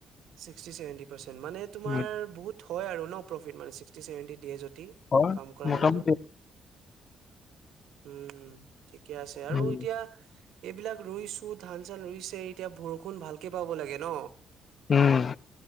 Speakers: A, on the right; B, on the left.
A: ছিক্সটি ছেভেনটি পাৰচেন্ত, মানে তোমাৰ
B: উম,
A: বহুত হয় আৰু ন প্ৰফিট মানে ছিক্সটি চেভেনটি দিয়ে যদি।
B: হয়
A: কাম কৰা
B: মোটামুটি
A: মানুহজন উম। ঠিকে আছে আৰু
B: উম
A: এতিয়া এইবিলাক ৰুইছো ধান- চান ৰুইছে এতিয়া বৰষুণ ভালকে পাব লাগে ন।
B: উম